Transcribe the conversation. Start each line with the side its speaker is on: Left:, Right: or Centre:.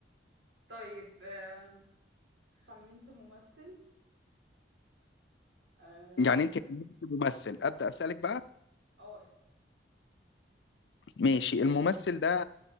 Right: طيب آه، خمنت ممثل اه
Left: يعني انت خمنتي ممثل ابدا اسالك بقى
Right: آه، اسم
Left: ماشي الممثل ده